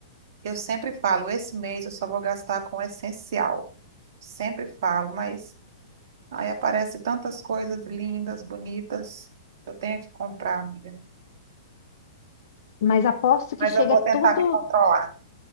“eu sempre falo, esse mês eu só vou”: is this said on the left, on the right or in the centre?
Right